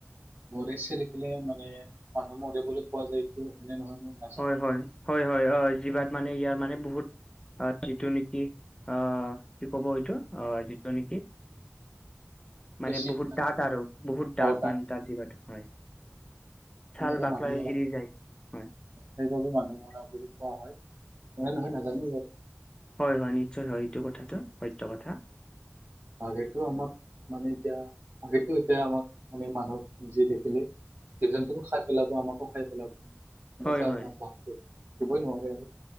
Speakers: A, on the right; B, on the left.
A: গৰে চেলিকিলে মানে মানুহ মৰে বুলি কোৱা যায় এইটো সেৱনে নহয় মানে।
B: হয় হয় হয় অ জিভাত মানে ইয়াৰ মানে বহুত- অ, যিটো নেকি, অ, কি ক'ব সেইটো অ, যিটো নেকি।
A: <inaudible>
B: মানে বহুত
A: না
B: ডাট আৰু বহুত ডাট
A: অ তাত
B: মানে তাৰ জিভাটো হয়।
A: সেইবাবে
B: চাল বাকলাই
A: মানুহ মৰা
B: এৰি যায়, হয়।
A: সেইবাবে মানুহ মৰা বুলি কোৱা হয়, হয় নহয় নাজানো বাৰু।
B: হয় হয় নিশ্চয় হয় এইটো কথাটো সত্য কথাটো।
A: আগেটো আমাক মানে, এতিয়া আগে এতিয়া আমাক মানে মানুহ যি দেখিলে। জীৱ জন্তুকো খাই পেলাব, আমাকো খাই পেলাব, আমাকো
B: হয়
A: খাই
B: হয়
A: পেলাব আৰু থাকিবই নোৱাৰে আৰু।